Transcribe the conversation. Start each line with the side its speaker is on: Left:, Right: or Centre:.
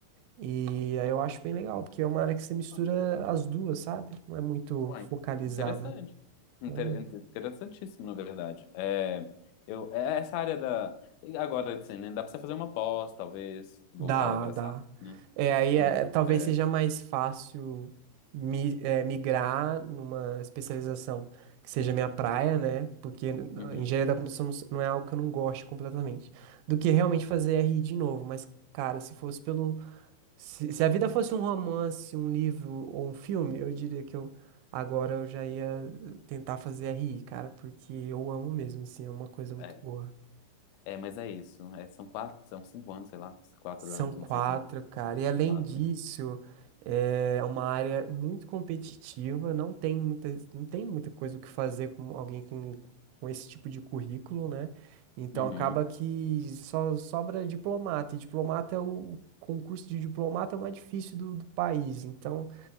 Right: E aí eu acho bem legal, porque é uma área que você mistura
Left: Ah,
Right: as duas, sabe? Não é muito
Left: Uai,
Right: focalizada.
Left: interessante. Inter-
Right: né?
Left: inter- interessantíssimo, na verdade. É, eu, é essa área da. e Agora, assim, né? Dá pra você fazer uma pós, talvez, voltada
Right: Dá,
Left: pra essa
Right: dá.
Left: área, né?
Right: É, aí é,
Left: Hum,
Right: talvez
Left: é,
Right: seja mais fácil mi- é, migrar numa especialização que seja minha praia, né? Porque n-
Left: uhum,
Right: engenharia da computação não s- não é algo que eu não gosto completamente. Do que realmente fazer RI de novo. Mas, cara, se fosse pelo. Se, se a vida fosse um romance, um livro ou um filme, eu diria que eu. Agora eu já ia tentar fazer RI, cara, porque eu amo mesmo, assim, é uma coisa muito
Left: é,
Right: boa.
Left: é, mas é isso. É, são quatro, são cinco anos, sei lá, quatro
Right: São
Left: anos,
Right: quatro,
Left: não sei quanto.
Right: cara. E além
Left: Quatro.
Right: disso, é uma área muito competitiva, não tem muita, não tem muita coisa o que fazer com alguém com, com esse tipo de currículo, né? Então
Left: Uhum.
Right: acaba que só sobra diplomata, e diplomata é o, o concurso de diplomata é o mais difícil do, do país, então